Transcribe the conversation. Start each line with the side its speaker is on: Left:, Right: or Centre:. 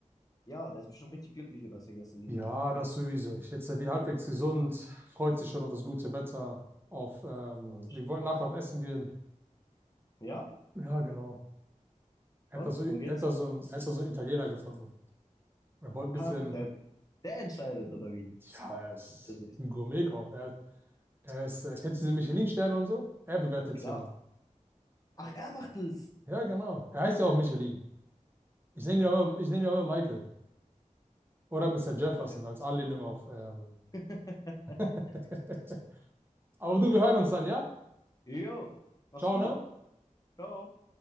Left: Ja, der ist bestimmt richtig glücklich, wie das er gestern gehen
Right: Ja,
Left: durfte.
Right: das sowieso. Ich jetzt wieder halbwegs gesund. Freut sich schon auf das gute Wetter. Auf, ähm,
Left: Glaub ich.
Right: wir wollten nachher auch essen gehen.
Left: Ja?
Right: Ja, genau. Er
Left: Und?
Right: hat da so, er
Left: Worum geht's?
Right: hat da so einen, er hat da so einen Italiener gefunden. Er wollte ein
Left: Ach,
Right: bisschen,
Left: der, der entscheidet, oder wie?
Right: ja, er ist
Left: Das ist
Right: ein Gourmetkoch. Er, er ist, äh, kennst du diese Michelin-Sterne und so? Er bewertet
Left: klar.
Right: sie immer.
Left: Ach, er macht es.
Right: Ja, genau. Er heißt ja auch Michelin. Ich nenne ihn ja immer, ich nenne ihn ja immer Michael. Oder Mr. Jefferson
Left: Okay.
Right: als Anlehnung auf. Ähm.
Left: <laughs>
Right: <laughs> Aber du, wir hören uns dann, ja?
Left: Jo. Mach's
Right: Ciao,
Left: gut.
Right: ne?
Left: Ciao.